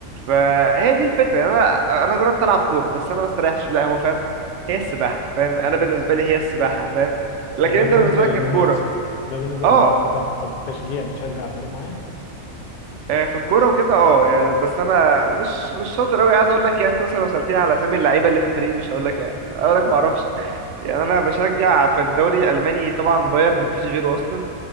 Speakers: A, on the right; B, on the left.
A: فهي دي الفكرة يعني أنا أنا جربت ألعب كورة بس أنا ما استريحش لا هو فاهم هي السباحة فاهم أنا بالنسبة لي هي السباحة فاهم لكن
B: ده
A: أنت
B: بالنسبة
A: بالنسبة لك
B: للممارسة
A: الكورة
B: ده بالنسبة
A: أه
B: للممارسة طب طب التشجيع بتشجع فريق معين؟
A: آه، في الكورة وكده أه يعني بس أنا مش مش شاطر أوي عايز أقول لك يعني أنت مثلا لو سألتني على أسامي اللعيبة اللي في الفريق مش هقول لك هقول لك معرفش يعني انا بشجع في الدوري الالماني طبعا بايرن مفيش غيره اصلا